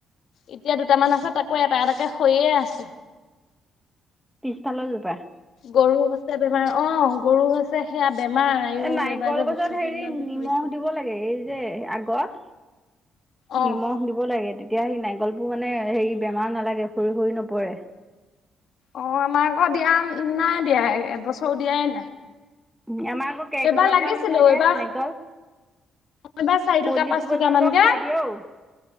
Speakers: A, on the left; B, in the centre.
A: ইতিয়া দুটামান আছে তাকো এটা এটাকে হৈয়ে আছে।
B: পিছফালৰ জোপা?
A: গৰু হৈছে বেমাৰ অঁ, গৰু হৈছ ছে সেয়া বেমাৰ আইও
B: এ নাৰিকল
A: এইবাৰ যে
B: গছত
A: বস্তুবোৰ
B: হেৰি
A: ইমান পোক
B: নিমখ
A: ধৰিছে।
B: দিব লাগে এই যে আগত
A: অ'
B: নিমখ দিব লাগে তেত্ তিয়া সেই নাৰিকলবোৰ মানে হেৰি বেমাৰ নালাগে সৰি সৰি নপৰে।
A: অঁ, আমাৰ ঘৰত দিয়া ন নাই দিয়া এবছৰো দিয়াই নাই।
B: উম, আমাৰ আকৌ কেৰ্কেটুৱা
A: এইবাৰ লাগিছিলো
B: পৰা নাথাকে
A: এইবাৰ
B: নাৰিকল।
A: এইবাৰ চাৰি থোকা
B: কলিটো
A: পাঁচ থোকা
B: পৰ্যন্ত
A: মানকে
B: খাই দিয়ে অও।